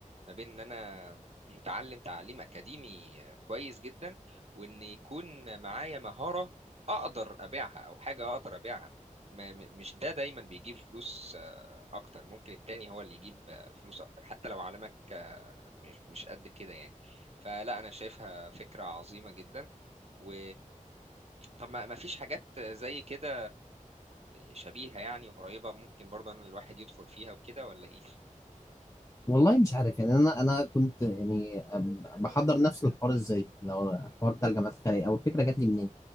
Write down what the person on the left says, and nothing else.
والله مش عارف يعني انا انا كنت يعني أم- بحضر نفس الحوار ازاي لو الحوار بتاع الجامعات الخيريه او الفكره جات لي منين